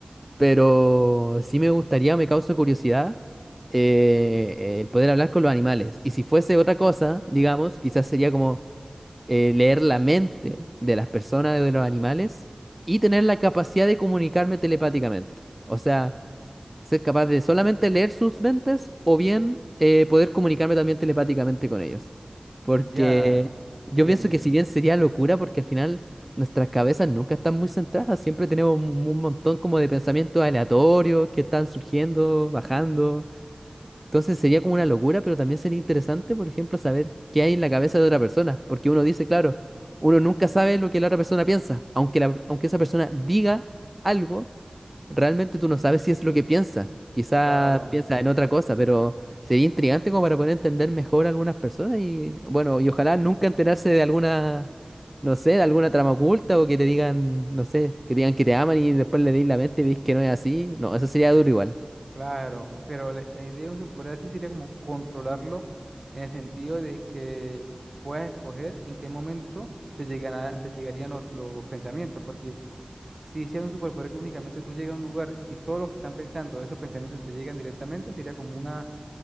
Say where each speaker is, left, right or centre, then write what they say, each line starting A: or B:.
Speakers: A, on the right; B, on the right.
A: Pero sí me gustaría, me causa curiosidad eh, el poder hablar con los animales. Y si fuese otra cosa, digamos, quizás sería como eh, leer la mente de las personas, de los animales, y tener la capacidad de comunicarme telepáticamente. O sea, ser capaz de solamente leer sus mentes o bien eh, poder comunicarme también telepáticamente con ellos. Porque
B: Ya,
A: yo
B: entiendo.
A: pienso que si bien sería locura, porque al final nuestras cabezas nunca están muy centradas, siempre tenemos un un montón como de pensamientos aleatorios que están surgiendo, bajando. Entonces sería como una locura, pero también sería interesante, por ejemplo, saber qué hay en la cabeza de otra persona. Porque uno dice, claro, uno nunca sabe lo que la otra persona piensa, aunque, la- aunque esa persona diga algo. Realmente tú no sabes si es lo que piensa. Quizás
B: Claro,
A: piensa en otra cosa, pero sería intrigante como para poder entender mejor a algunas personas y bueno, y ojalá nunca enterarse de alguna, no sé, de alguna trama oculta o que te digan, no sé, que te digan que te aman y después le di la mente y veis que no es así. No, eso sería duro igual.
B: claro. Pero la, la idea de un superpoder así sería como controlarlo en el sentido de que puedas escoger en qué momento te llegan a- te llegarían los, los pensamientos, porque Si sea un superpoder que únicamente tú llegas a un lugar y todos los que están pensando, esos pensamientos te llegan directamente, sería como una,